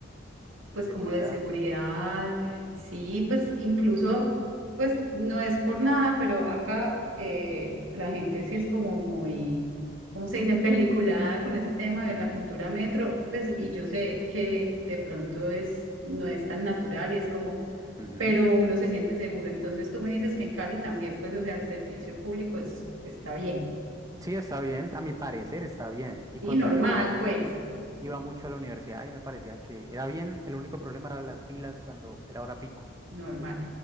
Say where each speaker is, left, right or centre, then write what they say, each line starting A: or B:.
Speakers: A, on the right; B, on the right.
A: pues
B: De seguridad.
A: como de seguridad, sí, pues incluso, pues no es por nada, pero acá eh, la gente sí es como muy, ¿cómo se dice?, peliculada con ese tema de
B: Ujú,
A: la cultura metro, pues y yo sé que de pronto es, no es tan natural y es como,
B: ujú.
A: pero uno se siente seguro. Entonces tú me dices que en Cali también, pues, o sea, el servicio público es, está bien,
B: Sí, está bien, a mi parecer está bien. Y
A: y
B: cuando
A: normal,
B: yo
A: pues,
B: iba mucho a la universidad y me parecía que era bien, el único problema eran las filas cuando era hora pico.
A: normal.